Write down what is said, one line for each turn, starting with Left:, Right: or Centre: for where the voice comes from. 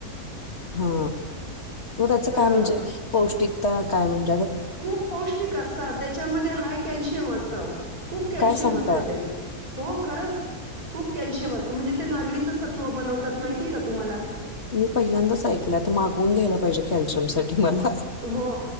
Left: हा मग त्याच
Right: तर
Left: काय
Right: अ,
Left: म्हणजे पौष्टिक. त्या काय म्हणे?
Right: खूप पौष्टिक असतात त्याच्यामध्ये हाय कॅल्शियम असतं खूप कॅल्शियम
Left: काय सांगताय
Right: असतं त्याच्यात हो खरंच. खूप कॅल्शियम असतं म्हणजे ते नागलीचं सत्व बनवतात माहिती हाय का तुम्हाला.
Left: मी पहिल्यांदाच ऐकलं तर मागवून घ्यायला पाहिजे कॅल्शियम साठी मला.
Right: हो